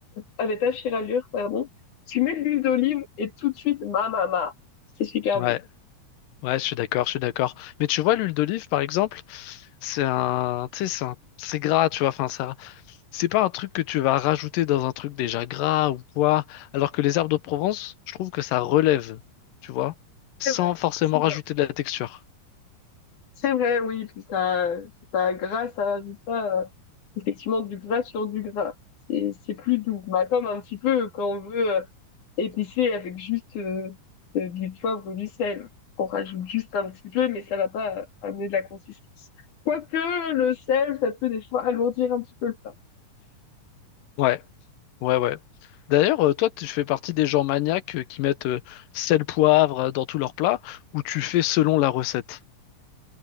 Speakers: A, on the left; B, on the left.
A: avait pas fière allure, pardon. Tu mets de l'huile d'olive et tout de suite, ma ma ma, c'est super
B: ouais.
A: bon.
B: Ouais, je suis d'accord, je suis d'accord. Mais tu vois, l'huile d'olive, par exemple, c'est un, tu sais, c'est un- c'est gras, tu vois. Enfin, ça, c'est pas un truc que tu vas rajouter dans un truc déjà gras ou quoi. Alors que les herbes de Provence, je trouve que ça relève, tu vois, sans
A: C'est vrai,
B: forcément
A: c'est vrai.
B: rajouter de la texture.
A: C'est vrai, oui, puis ça, ça gras, ça rajoute pas euh, effectivement du gras sur du gras. C'est c'est plus doux. Bah, comme un petit peu quand on veut euh, épicé avec juste euh, euh, du poivre, du sel. On rajoute juste un petit peu, mais ça va pas amener de la consistance. Quoique le sel, ça peut des fois alourdir un petit peu le plat.
B: Ouais, ouais, ouais. D'ailleurs, euh, toi, tu fais partie des gens maniaques euh, qui mettent euh, sel, poivre euh, dans tous leurs plats, ou tu fais selon la recette?